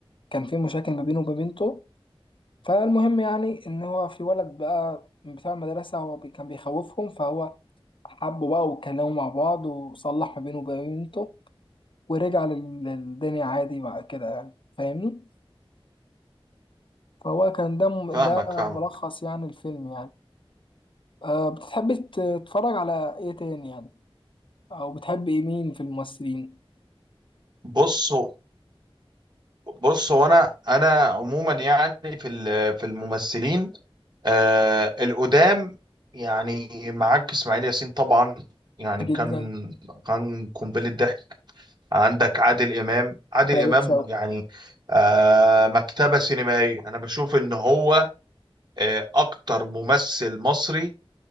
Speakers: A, on the left; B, on the right.
A: كان في مشاكل ما بينه وما بنته فالمهم يعني ان هو في ولد بقى بتاع المدرسه هو بي كان بيخوفهم فهو حبه بقى واتكلموا مع بعض وصلح ما بينه وبين بنته ورجع لل- للدنيا عادي بعد كده يعني فاهمني فهو كان ده م-
B: فاهمك
A: ده ملخص
B: فاهمك
A: يعني الفيلم يعني أه بتحب تتفرج على ايه تاني يعني او بتحب ايه مين في الممثلين
B: بص هو بص هو انا انا عموما يعني في ال- في الممثلين آه القدام يعني معاك اسماعيل ياسين طبعا يعني
A: جدا
B: كان كان قنبله ضحك عندك عادل امام عادل
A: فريد
B: امام
A: شوقي
B: يعني آه مكتبه سينمائيه انا بشوف ان هو آه اكتر ممثل مصري